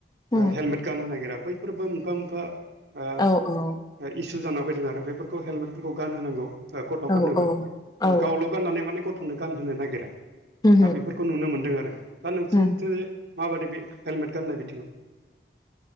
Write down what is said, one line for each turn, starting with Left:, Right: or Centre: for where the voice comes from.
Left: उम
Right: हेलमेट गान होनो नागिरा बैफोरबो मोनफा मोनफा ओ
Left: औ औ
Right: इस सु जाना फैदों आरो बेफोरखौ हेलमेटफोरखौ गानहोनांगौ। गथ'फोरनोबो
Left: औ औ औ
Right: गावल' गाननानै माने गथ' गथ'नो गान होनो नागिरा
Left: उम
Right: दा बेफोरखौ नुनो मोनदों आरो। <unintelligible> दा नोंसोरनिथिं
Left: उम
Right: माबायदि बे हेलमेट गाननाय बिदि <unintelligible>